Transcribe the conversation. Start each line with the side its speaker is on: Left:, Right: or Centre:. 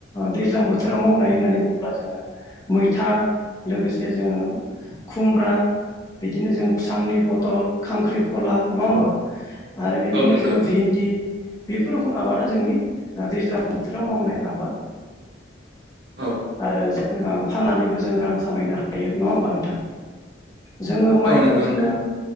Left: दैज्लां बोथोराव मावनाय होननानै बुङोब्ला जोङो मैथा लोगोसे जोङो खुमब्रा बिदिनो जों सांनि फथल खांख्रि खला नङा होमबा
Right: औ
Left: आरो बिदिनो
Right: औ नंगौ
Left: जोङो भिन्दि बेफोर रखम आबादा जोंनि दैज्लां बोथोराव मावनाय आबाद।
Right: औ
Left: आरो जो फाननानैबो जों रां खामायनो हायो नङा होमबा नोंथां? जोङो माइखौ
Right: औ नंगौ
Left: जोङो
Right: नोंथां